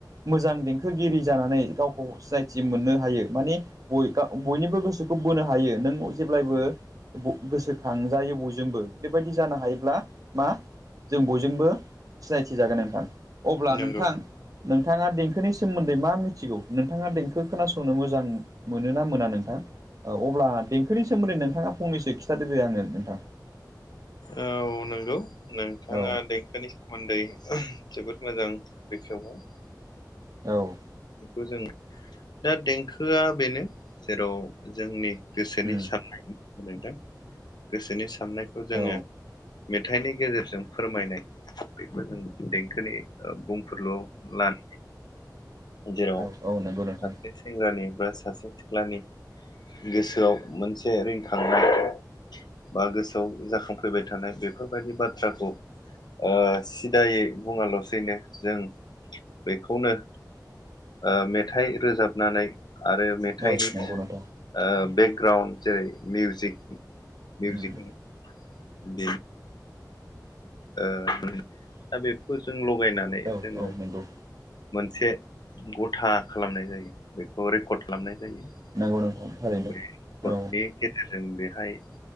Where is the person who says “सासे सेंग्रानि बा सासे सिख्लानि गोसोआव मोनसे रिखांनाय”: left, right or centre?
Left